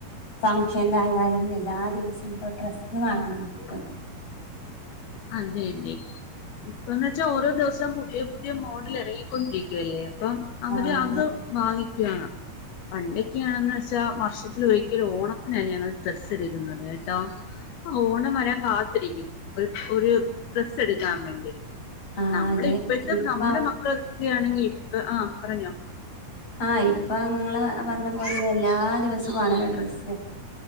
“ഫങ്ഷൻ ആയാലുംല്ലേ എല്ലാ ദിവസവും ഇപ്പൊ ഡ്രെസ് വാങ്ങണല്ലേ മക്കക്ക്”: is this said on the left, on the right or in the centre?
Left